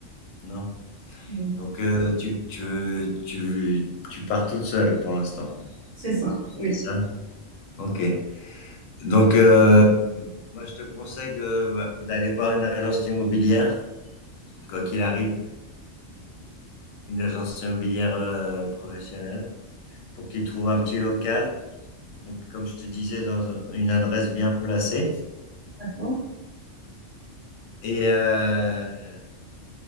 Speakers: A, on the left; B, on the right.
A: Non.
B: Non.
A: Donc, euh, tu, tu, tu, tu pars toute seule pour l'instant.
B: C'est ça, oui.
A: C'est ça? OK. Donc, euh, moi, je te conseille de, bah, d'aller voir une agence immobilière, quoi qu'il arrive, une agence immobilière euh, professionnelle, pour qu'ils trouvent un petit local. Donc, comme je te disais, dans une adresse bien placée.
B: D'accord?
A: Et, euh,